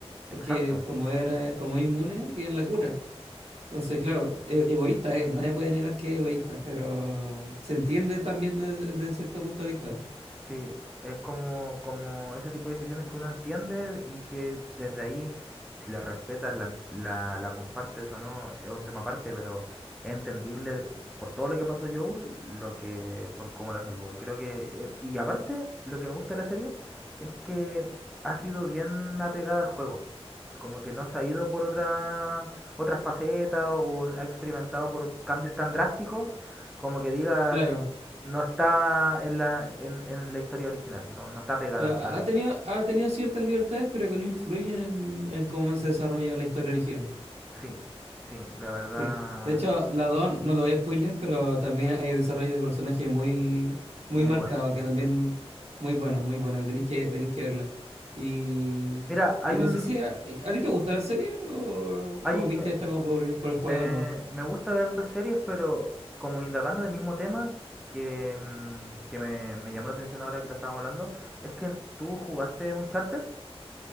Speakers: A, in the centre; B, on the right (about 80°).
A: exacto.
B: porque como era, como es inmune, tienen la cura. Entonces, claro, e- egoísta es, nadie puede negar que es egoísta, pero se entiende también desde, desde cierto punto de vista. po.
A: Sí, es como, como ese tipo de decisiones que uno entiende y que desde ahí, si la respetas, la, la, la compartes o no, es un tema aparte, pero es entendible por todo lo que pasó Joel, lo que, por cómo la salvó. Y creo que, eh, y aparte, lo que me gusta de la serie es que ha sido bien apegada al juego como que no se ha ido por otra, otra faceta o ha experimentado por cambios tan drásticos, como que digas,
B: Claro,
A: no está en la, en, en la historia original, no, no está pegada
B: o sea,
A: al- a la
B: ha
A: historia.
B: tenido, ha tenido ciertas libertades, pero que no influyen en en cómo se desarrolla la historia original.
A: Sí, sí, la verdad,
B: Sí. De hecho, la 2, no te voy a spoilear, pero también hay desarrollo de personaje muy, muy
A: muy
B: marcado,
A: bueno.
B: que también muy bueno, muy bueno, y tenéis que, tenéis que verla. Y,
A: Mira, hay
B: y no
A: un,
B: sé si a, ¿a ti te gusta ver series o,
A: hay,
B: o viste
A: me,
B: esta como por, el por el juego
A: me,
B: nomás.
A: me gusta ver estas series, pero como indagando del mismo tema, que, mm, que me, me llamó la atención ahora que lo estábamos hablando, es que tú jugaste Uncharted,